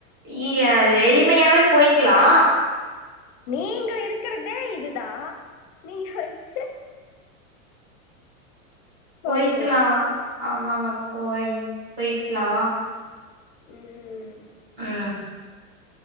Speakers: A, on the right; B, on the left.
A: இ ய எளிமையாவே போய்க்களா
B: நீங்க இருக்கறதே இதுதா நீ <unintelligible>
A: போய்க்கலா
B: போவீங்களா
A: ஆமாங்க போய் போய்க்லா
B: ம்
A: அ